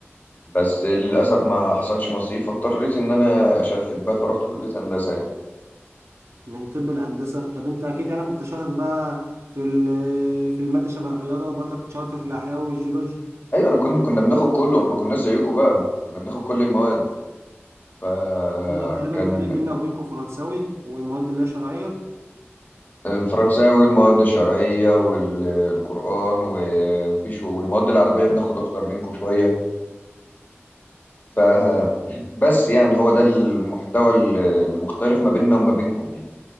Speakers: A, on the left; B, on the right.
A: بس للأسف ما حصلش نصيب فاضطريت إن أنا أشفت بقى فرحت كلية هندسة
B: من طب الهندسه طب انت اكيد يعني كنت شاطر بقى في ال- في الماده شبه الرياضه وبرضك كنت شاطر في الاحياء والجيولوجيا
A: ايوه انا كنا كنا بناخد كله احنا ما كناش زيكم بقى كنا بناخد كل المواد فكان
B: هو تقريبا الفرق بيننا وبينكم فرنساوي ومواد اللي هي شرعيه
A: الفرنساوي والمواد الشرعيه والقران وفيش والمواد العربيه بناخد اكتر منكم شويه ف <clears throat> بس يعني هو ده المحتوى ال- المختلف ما بيننا وما بينكم يعني